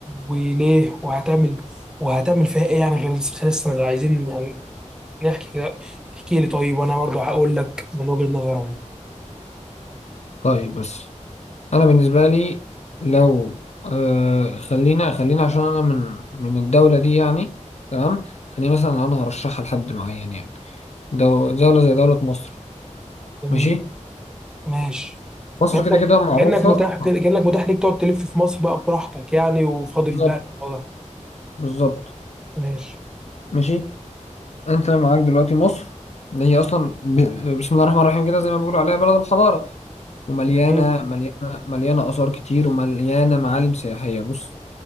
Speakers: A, in the centre; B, on the left.
A: وليه وهتعمل وهتعمل فيها ايه يعني غير خلال السنة دي عايزين يعني نحكي كده احكي لي طيب وانا برضه هقول لك من وجهة نظري أنا.
B: طيب بس انا بالنسبه لي لو آه خلينا خلينا عشان انا من من الدوله دي يعني تمام خلينا مثلا لو انا هرشحها لحد معين يعني دو دوله زي دوله مصر
A: جميل
B: ماشي
A: ماشي
B: مصر
A: كأنك
B: كده كده معروفه
A: كأنك متاح كده كأنك متاح ليك تقعد تلف في مصر بقى براحتك يعني وفاضل
B: بالظبط
A: بقى الموضوع ده
B: بالظبط
A: ماشي
B: ماشي انت معاك دلوقتي مصر اللي هي اصلا ب... بسم الله الرحمن الرحيم كده زي ما بيقولوا عليها بلد الحضاره ومليانه
A: جميل
B: مليانه مليانه اثار كتير ومليانه معالم سياحيه بص